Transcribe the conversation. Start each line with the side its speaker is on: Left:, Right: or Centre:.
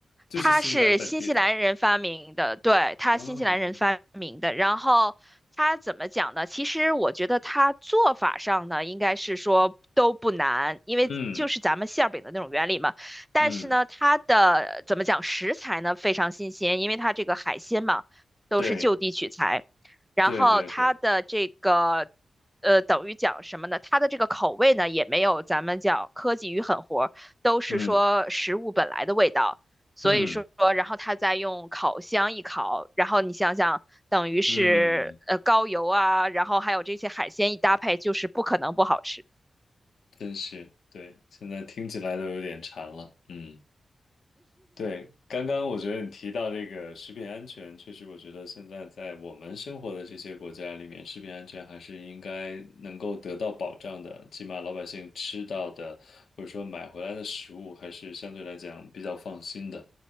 Left: 就是新西兰本地的。
Centre: 它是新西兰人发明的，对，它新西兰人发明的。
Left: 哦，
Centre: 然后它怎么讲呢？其实我觉得它做法上呢，应该是说都不难，因为就是咱们馅儿饼的那种原理嘛。
Left: 嗯
Centre: 但是呢，
Left: 嗯，
Centre: 它的怎么讲食材呢非常新鲜，因为它这个海鲜嘛都是就地取材。
Left: 对
Centre: 然后它的这个
Left: 对对对，
Centre: 呃，等于讲什么呢？它的这个口味呢，也没有咱们讲科技与狠活，都是说食物本来的味道。
Left: 嗯
Centre: 所以说，
Left: 嗯
Centre: 然后它再用烤箱一烤，然后你想想，等于是呃高油啊，
Left: 嗯，
Centre: 然后还有这些海鲜一搭配，就是不可能不好吃。
Left: 真是对，现在听起来都有点馋了，嗯。对，刚刚我觉得你提到这个食品安全，确实，我觉得现在在我们生活的这些国家里面，食品安全还是应该能够得到保障的，起码老百姓吃到的或者说买回来的食物，还是相对来讲比较放心的。